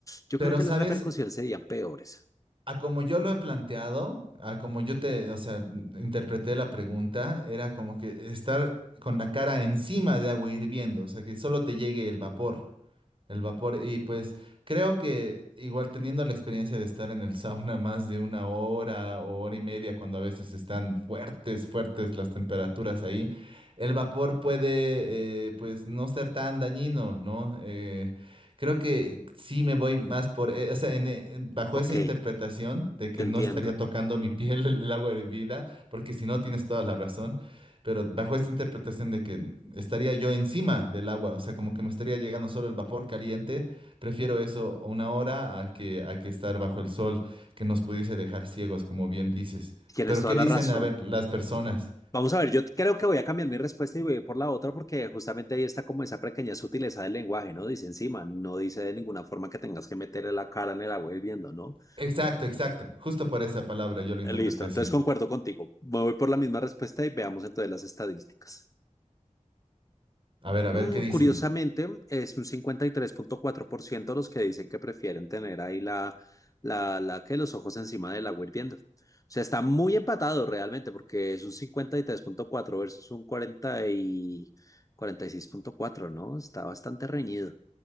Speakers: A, on the left (about 25°); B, on the right (about 40°).
A: Yo
B: Pero,
A: creo que
B: ¿sabes?
A: las repercusiones serían peores.
B: A como yo lo he planteado, a como yo te, o sea, m- interpreté la pregunta, era como que estar con la cara encima de agua hirviendo, o sea, que solo te llegue el vapor. El vapor, y pues creo que igual teniendo la experiencia de estar en el sauna <laughs> más de una hora o hora y media, cuando a veces están fuertes, fuertes las temperaturas ahí, el vapor puede eh, pues no ser tan dañino, ¿no? Eh, creo que sí me voy más por, eh, o sea, en, eh, bajo
A: Ok,
B: esa interpretación de que
A: te entiendo.
B: no estaría tocando mi <laughs> piel el agua hervida, porque si no tienes toda la razón, pero bajo esta interpretación de que estaría yo encima del agua, o sea, como que me estaría llegando solo el vapor caliente. Prefiero eso una hora a que, a que estar bajo el sol, que nos pudiese dejar ciegos, como bien dices.
A: Tienes
B: Pero
A: toda
B: ¿qué
A: la
B: dicen,
A: razón.
B: a ver, las personas?
A: Vamos a ver, yo creo que voy a cambiar mi respuesta y voy a ir por la otra porque justamente ahí está como esa pequeña sutileza del lenguaje, ¿no? Dice encima, no dice de ninguna forma que tengas que meterle la cara en el agua hirviendo, ¿no?
B: Exacto, exacto. Justo por esa palabra yo lo
A: Eh,
B: interpreté
A: Listo,
B: así.
A: entonces concuerdo contigo. Me voy por la misma respuesta y veamos entonces las estadísticas.
B: A ver, a ver,
A: Mm,
B: ¿qué dicen?
A: curiosamente, es un cincuenta y tres punto cuatro por ciento los que dicen que prefieren tener ahí la, la, la que los ojos encima del agua hirviendo. O sea, está muy empatado realmente porque es un cincuenta y tres punto cuatro versus un cuarenta y cuarenta y seis punto cuatro ¿no? Está bastante reñido.